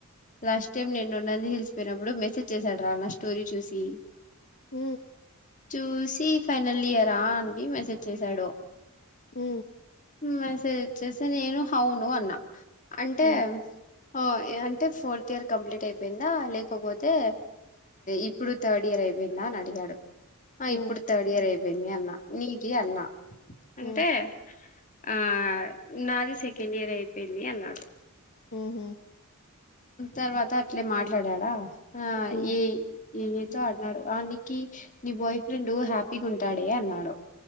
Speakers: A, on the left; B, on the left.
A: లాస్ట్ టైం నేను నంది హిల్స్ పోయినప్పుడు మెసేజ్ చేశాడు రా నా స్టోరీ చూసి
B: ఊ
A: చూసి ఫైనల్ ఇయరా అండి మెసేజ్ చెసాడు
B: ఉ
A: మెసేజ్ వచ్చేసి నేను హౌను అన్నా అంటే
B: ఉమ్
A: ఓ అంటే ఫోర్త్ ఇయర్ కంప్లీట్ అయిపోయిందా లేకపోతే ఇప్పుడు థర్డ్ ఇయర్ అయ్ అయిపోయిందా అని అడిగాడు ఆ
B: ఉమ్
A: ఇప్పుడు థర్డ్ ఇయర్ అయిపోయింది అన్నా నీ కి అన్న అంటే
B: ఉమ్
A: ఆ నాది సెకండ్ ఇయర్ అయిపోయింది అన్నాడు
B: ఉహు
A: తర్వాత అట్లే మాట్లాడాడా ఆ
B: ఉమ్
A: ఈ ఈతో అన్నాడు ఆనీకి నీ బాయ్ ఫ్రెండ్ హ్యాపీగా ఉంటాడే అన్నాడు